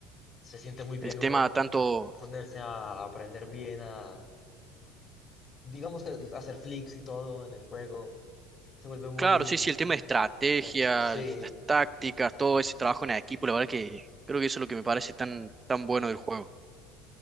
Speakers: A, on the left; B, on the right.
A: Se siente muy bien
B: El tema
A: uno
B: tanto
A: ponerse a aprender bien a, digamos que hacer flicks y todo en el juego, se vuelve muy
B: Claro, sí, sí, el tema de estrategia,
A: tenso. Sí,
B: las tácticas, todo ese trabajo en equipo, la verdad que creo que eso es lo que me parece tan, tan bueno del juego.